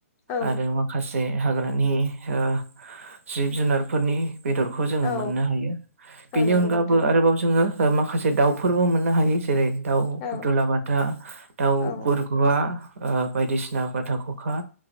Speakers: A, on the left; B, on the right.
A: औ
B: आरो जे हाग्रानि ओ जिब जुनारफोरनि बेदर खौ जोङो
A: औ
B: मोननो हायो बेनि
A: औ नंगौ
B: अनगाबो
A: नोंथां
B: आरोबाव जोङो ओ माखासे दाउफोरबो मोननो हायो। जेरै दाउ फु
A: औ
B: दुला बा दा दाउ
A: औ
B: गुरगुवा ओ बायदिसिना बाथा खखा